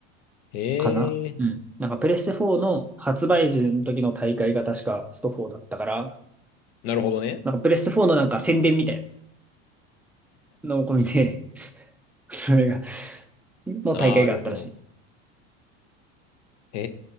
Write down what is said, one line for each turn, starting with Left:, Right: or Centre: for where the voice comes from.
Left: へえ。
Centre: かな。うん。なんかプレステ4の発売時の時の大会が確かスト4だったから、
Left: なるほどね。
Centre: なんかプレステ4のなんか宣伝みたいなのを込みで、<laughs> それが、の大会があったらしい。
Left: なるほど。へ